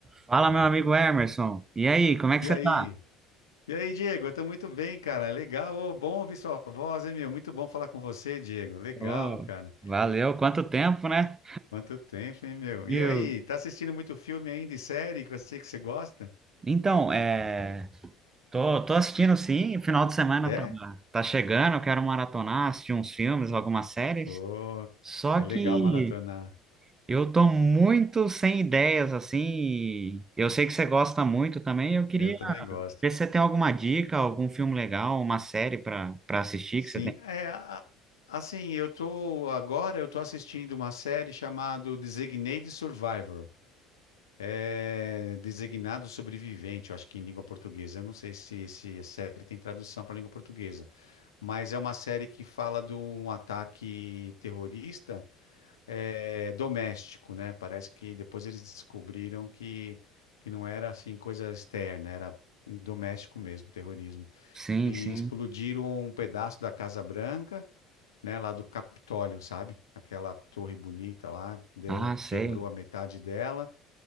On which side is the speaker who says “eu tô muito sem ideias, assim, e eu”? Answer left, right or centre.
Right